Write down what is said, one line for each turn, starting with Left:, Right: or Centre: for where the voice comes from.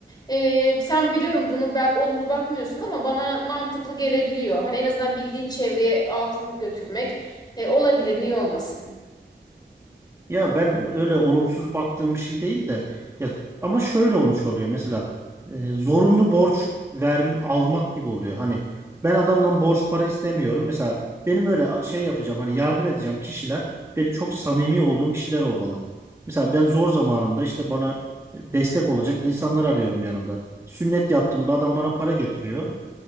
Left: Ee, sen biliyorum bunu belki olumlu bakmıyorsun ama bana mantıklı gelebiliyor. Hani en azından bildiğin çevreye altın götürmek e, olabilir, niye olmasın?
Right: Ya ben öyle olumsuz baktığım bir şey değil de ya, ama şöyle olmuş oluyor mesela e, zorunlu borç ver, almak gibi oluyor. Hani ben adamdan borç para istemiyorum. Mesela benim öyle şey yapacağım hani yardım edeceğim kişiler benim çok samimi olduğum kişiler olmalı. Mesela ben zor zamanımda işte bana e, destek olacak insanlar arıyorum yanımda. Sünnet yaptığımda adam bana para getiriyor.